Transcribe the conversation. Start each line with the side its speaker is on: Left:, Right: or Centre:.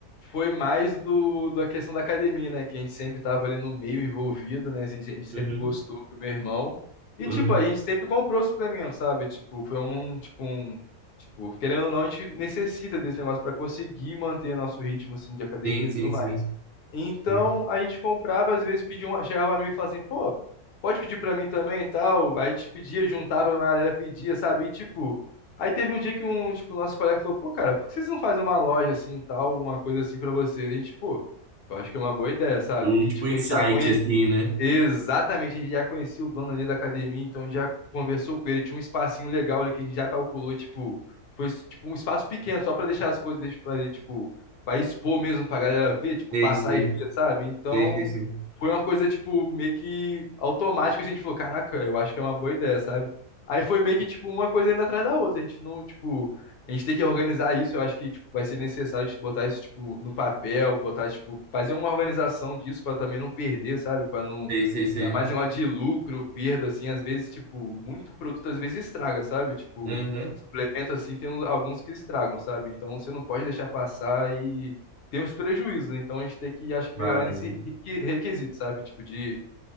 Left: foi mais do, da questão da academia, né? Que a gente sempre tava ali no meio envolvido, né? assim, a gente sempre
Right: Uhum,
Left: gostou do meu irmão. E,
Right: uhum.
Left: tipo, a gente sempre comprou suplemento, sabe? Tipo, foi um, um- tipo, um... Tipo, querendo ou não, a gente necessita desse negócio para conseguir manter nosso ritmo, assim, de academia
Right: Sim,
Left: e
Right: sim,
Left: tudo mais.
Right: sim.
Left: Então,
Right: Hum.
Left: a gente comprava, às vezes pedia um... Chegava um amigo e falava assim, pô, pode pedir para mim também e tal. Aí a gente pedia, juntava, a galera pedia, sabe? E, tipo... Aí teve um dia que um, tipo, nosso colega falou, pô, cara, por que vocês não fazem uma loja assim, tal, uma coisa assim pra vocês? E a gente, pô, eu acho que é uma boa ideia, sabe?
Right: O, tipo,
Left: E, tipo,
Right: insight,
Left: a gente já conhe...
Right: assim, né?
Left: Exatamente, a gente já conhecia o dono ali da academia, então a gente já conversou com ele, tinha um espacinho legal ali que a gente já calculou, tipo, foi tipo um espaço pequeno, só pra deixar as coisas, deixa eu fazer, tipo, pra expor mesmo pra galera ver, tipo,
Right: Sei,
Left: passar
Right: sei,
Left: e ver, sabe? Então,
Right: sei, sei, sei.
Left: foi uma coisa, tipo, meio que automática, a gente falou, caraca, eu acho que é uma boa ideia, sabe? Aí foi meio que, tipo, uma coisa indo atrás da outra, a gente não, tipo, a gente tem que organizar isso, eu acho que, tipo, vai ser necessário a gente botar isso, tipo, no papel, botar, tipo, fazer uma organização disso pra também não perder, sabe? Pra não
Right: Sei, sei, sei.
Left: Ainda mais em uma de lucro, perda, assim, às vezes, tipo, muito produto às vezes estraga, sabe? Tipo,
Right: Aham.
Left: suplemento, assim, tem alguns que estragam, sabe? Então você não pode deixar passar e tem os prejuízos, né? Então a gente tem que, acho que,
Right: Claro.
Left: melhorar nesse requi- requisito, sabe? Tipo, de